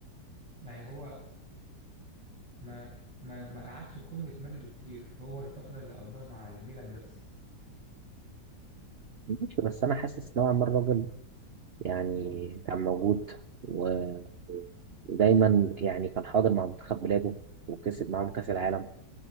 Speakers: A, in the centre; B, on the right.
A: يعني هو ما ما ما قعدش في قمة مجده كتير هو الفترة اللي قضاها مع الميلان بس
B: ماشي بس انا حاسس نوعا ما الراجل يعني كان موجود و- ودايما يعني كان حاضر مع منتخب بلاده وكسب معاهم كأس العالم